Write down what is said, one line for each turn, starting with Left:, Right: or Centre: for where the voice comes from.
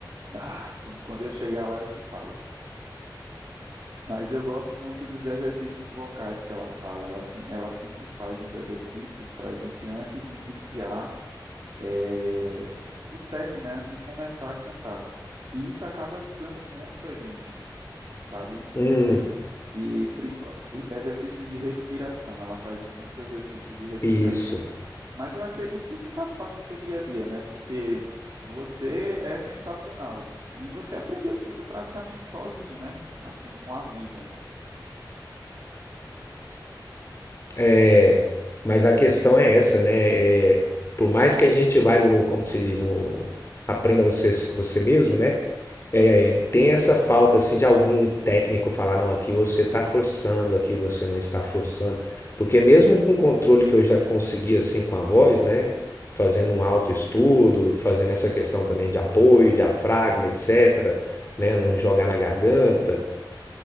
Right: Ah, quando, quando eu chegar lá eu te falo. Mas eu gosto muito dos exercícios vocais que ela fala. Ela, se- ela sempre faz uns exercícios para a gente, antes de iniciar, é, os testes, né, antes de começar a cantar. E isso acaba ajudando muito a gente, sabe?
Left: Hum,
Right: E principal, exercício de respiração, ela faz muito exercício de respiração.
Left: isso.
Right: Mas eu acredito que isso faz parte do teu dia a dia, né? Porque você é sensacional e você aprendeu tudo praticamente sozinho, né? Assim, com a vida.
Left: É, mas a questão é essa, né? É, por mais que a gente vai no, no- como que se diz, no aprenda você você mesmo, né? É, tem essa falta assim de algum técnico falar: "Não, aqui você está forçando, aqui você não está forçando". Porque mesmo com o controle que eu já consegui, assim, com a voz, né, fazendo um autoestudo, fazendo essa questão também de apoio, diafragma, etcétera, né, não jogar na garganta,